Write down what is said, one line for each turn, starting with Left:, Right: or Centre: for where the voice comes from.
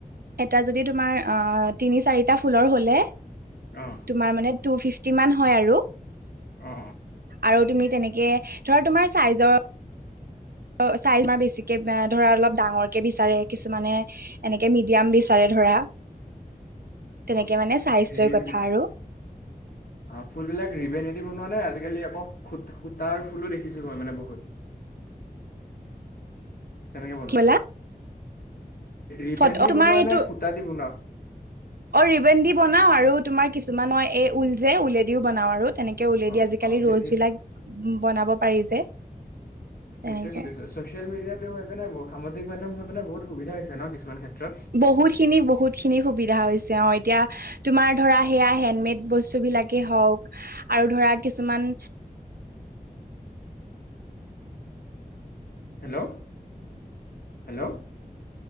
Right: এটা যদি তোমাৰ অঁ তিনি চাৰিটা ফুলৰ হলে, -
Left: অঁ'
Right: তোমাৰ মানে টু ফিটি মান হয় আৰু,
Left: অ
Right: আৰু তুমি তেনেক- কে ধৰা, তোমাৰ চাইজৰ- অ চাইজ আমাৰ বেছিকে ধৰা অলপ ডাঙৰকে বিচাৰে কিছুমানে। এনেকে মিডিয়াম বিচাৰে ধৰা। তেনেকে
Left: অঁ অঁ,
Right: মানে চাইজ
Left: সেই-
Right: লৈ কথা আৰু
Left: অঁ ফুলবিলাক ৰিভেনেটি বনোৱা নে? আজিকালি আকৌ সূতাৰ ফুলো দেখিছো মই বহুত। কেনেকে বনোৱা?
Right: কি কলা
Left: ৰিবেন
Right: ফটো
Left: দি
Right: তোমাৰ
Left: বনোৱা
Right: সেইটো
Left: নে সূতা দি বনোৱা?
Right: অ' ৰিবেন দি বনাও আৰু, তোমাৰ কিছুমানৰ এ ঊল যে ঊলে দিও বনাওঁ আৰু। তেনেকে ঊলে
Left: অ
Right: দি আজিকালি
Left: অ সেই
Right: ৰ'জ
Left: সেই
Right: বিলাক বনাব পাৰি যে।
Left: সেইটোৱে
Right: তেনেকে
Left: সুধিছো, ছ'চিয়েল মিডিয়াটো হয় পিনাই সামাজিক মাধ্যম হৈ পিনাই বহুত সুবিধা হৈছে ন কিছুমান ক্ষেত্ৰত।
Right: বহুতখিনি বহুতখিনি সুবিধা হৈছে অঁ এতিয়া- তোমাৰ ধৰা সেয়া হেণ্ডমেড বস্তুবিলাকেই হওঁক আৰু ধৰা কিছুমান-
Left: হেল্লৌ' হেল্লৌ'।